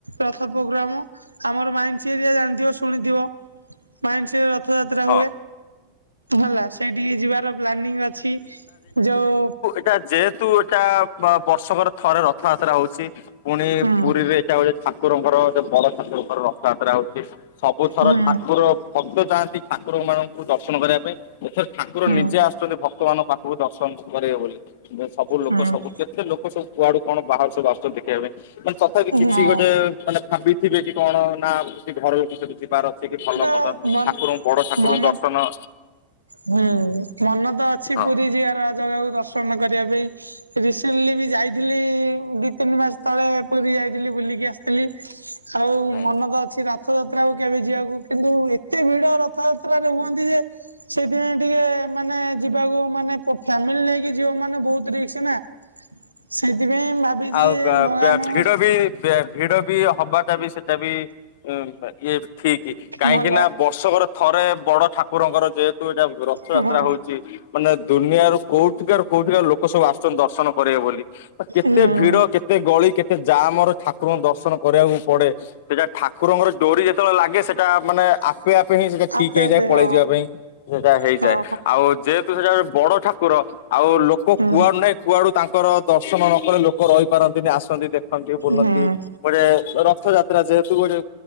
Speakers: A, on the right; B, on the left.
A: ରଥ ପ୍ରୋଗ୍ରାମ। ଆମର ମାଇନ୍ସି ଏରିଆ ଜାଣିଥିବ ଶୁଣିଥିବ ମାଇସିର ରଥ ଯାତ୍ରା
B: ହଁ
A: ହୁଏ ହେଲା ସେଇଟିକି ଯିବାର ପ୍ଲାନିଂ ଅଛି ଯୋଉ
B: ଏଟା ଯେହେତୁ ଏଟା ବର୍ଷକର ଥରେ ରଥଯାତ୍ରା ହୋଉଚି। ପୁଣି
A: ହୁଁ
B: ପୁରୀରେ ଏଇଟା ଗୋଟେ ଠାକୁରଙ୍କର ଯ ବଡ ଠାକୁରଙ୍କର ରଥଯାତ୍ରା ହୋଉଚି। ସବୁଥର
A: ହୁଁ
B: ଠାକୁର ଭକ୍ତ ଯାଆନ୍ତି ଠାକୁର ମାନଙ୍କୁ ଦର୍ଶନ କରିବା ପାଇଁ ଏଥର ଠାକୁର
A: ହୁଁ
B: ନିଜେ ଆସୁଚନ୍ତି ଭକ୍ତ ମାନଙ୍କ ପାଖକୁ ଦର୍ଶନ କରିବେ ବୋଲି। ସବୁ ଲୋକ
A: ହୁଁ
B: ସବୁ କେତେ ଲୋକ ସବୁ କୁଆଡୁ କଣ ବାହାରୁ ସବୁ ଆସୁଚନ୍ତି ଦେଖିବା ପାଇଁ କି ତ ତଥାପି କିଛି
A: ହଁ
B: ଗୋଟେ ମାନେ ଭାବିଥିବେ କି କଣ ନା ସେ ଘର ଲୋକ ସେଟି ଯିବାର ସେ କି ଭଲ
A: ତ
B: ମନ୍ଦ
A: ମନ
B: ଠାକୁରଙ୍କୁ ବଡ ଠାକୁରଙ୍କୁ
A: ମନ
B: ଦର୍ଶନ
A: ହୁଁ ମନ ତ ଅଛି
B: ହଁ
A: ପୁରୀ ଯିବାର ଜାଗାକୁ ଦର୍ଶନ କରିବା ପାଇଁ ରିସେଣ୍ଟଲି ବି ଯାଇଥିଲି ଦି ତିନି ମାସ ତଳେ ପୁରୀ ଯାଇଥିଲି ବୁଲିକି ଆସିଥିଲି। ଆଉ
B: ହୁଁ।
A: ମନ ତ ଅଛି ରଥ ଯାତ୍ରାକୁ କେବେ ଯିବାକୁ କିନ୍ତୁ ଏତେ ଭିଡ ରଥଯାତ୍ରାରେ ହୁଅନ୍ତି ଯେ ସେଇଥିପାଇଁ ଟିକେ ମାନେ ଯିବାକୁ ମାନେ ଫ୍ୟାମିଲି ନେଇକି ଯିବ ମାନେ ବୋହୁତ ରିକ୍ସ ନା। ସେଥିପାଇଁ ଭାବିଚି
B: ଆଉ ବା
A: ଭଗାନକୁ
B: ବା ଭିଡ ବି ବେ ଭିଡ ବି ହବାଟା ବି ସେଟା ବି ଇଏ ଠିକି। କାହିଁକି
A: ଭଲ
B: ନା ବର୍ଷକରେ ଥରେ ବଡ ଠାକୁରଙ୍କର ଯେହେତୁ ଏଇଟା ରଥଯାତ୍ରା
A: ହଁ।
B: ହୋଉଚି। ମାନେ ଦୁନିଆରୁ କୋଉଠିକର କୋଉଠିକର ଲୋକ ସବୁ ଆସୁଚନ୍ତି ଦର୍ଶନ କରିବେ ବୋଲି। କେତେ
A: ହୁଁ
B: ଭିଡ କେତେ ଗଳି କେତେ ଜାମର ଠାକୁରଙ୍କୁ ଦର୍ଶନ କରିବାକୁ ପଡେ ସେଟା ଠାକୁରଙ୍କ ଡୋରି ଯେତେବେଳେ ଲାଗେ ସେ ଟା ମାନେ ଆପେ ଆପେ ହିଁ ସେଟା ଠିକ
A: ଆପେ
B: ହେଇଯାଏ
A: ଆପେ
B: ପଳେଇ
A: ହଁ
B: ଯିବା ପାଇଁ ସେଇଟା ହେଇଯାଏ
A: ହଁ
B: ଆଉ ଯେ ହେତୁ ସେଟା ଗୋଟେ ବଡ ଠାକୁର ଆଉ ଲୋକ
A: ହୁଁ
B: କୁଆଡୁ ନାହିଁ କୁଆଡୁ ତାଙ୍କର ଦର୍ଶନ ନ କଲେ ଲୋକ ରହିପାରନ୍ତିନି ଆସନ୍ତି ଦେଖନ୍ତି ବୁଲନ୍ତି
A: ହୁଁ।
B: ଗୋଟେ ରଥଯାତ୍ ତ୍ରା ଯେହେତୁ ଗୋଟେ